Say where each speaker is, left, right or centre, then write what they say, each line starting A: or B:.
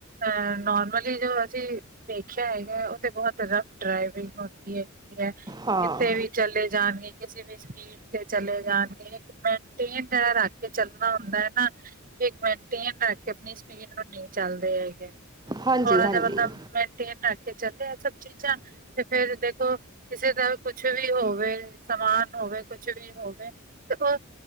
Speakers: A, on the right (about 40°); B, on the right (about 20°).
A: ਅ, ਨੋਰਮਲੀ ਜੋ ਅਸੀਂ ਦੇਖੇਆ ਹੈਗੈ ਓ ਤੇ ਬੋਤ ਰਫ ਡਰਾਈਵਿੰਗ ਹੋਂਦੀ ਹੈਗੀ
B: ਹਾਂ
A: ਕਿਥੇ ਵੀ ਚਲੇ ਜਾਨਗੇ, ਕਿਸੇ ਵੀ ਸਿਪੀਡ ਤੇ ਚਲੇ ਜਾਨਗੇ ਇੱਕ ਮੇਨਟੇਨ ਰੱਖ ਕੇ ਚੱਲਣਾ ਹੁੰਦਾ ਹੈ ਨਾ। ਮੈਂਟੇਨ ਰਾੱਖ ਕੇ ਅਪਨੀ ਸਿਪੀਡ ਨੂੰ ਨਈ ਚੱਲਦੇ ਹੈਗੇ। ਥੋੜਾ
B: ਹਾਂਜੀ ਹਾਂਜੀ
A: ਜਾ ਬੰਦਾ, ਮੇਨਟੇਨ ਰੱਖ ਕੇ ਚੱਲੇ ਐ ਸਬ ਚੀਜਾ ਤੇ ਫੇਰ ਦੇਖੋ, ਕਿਸੇ ਦਾ ਕੁਛ ਵੀ ਹੋਵੇ ਸਮਾਨ ਹੋਵੇ ਕੁਛ ਵੀ ਹੋਵੇ ਤੇ ਓ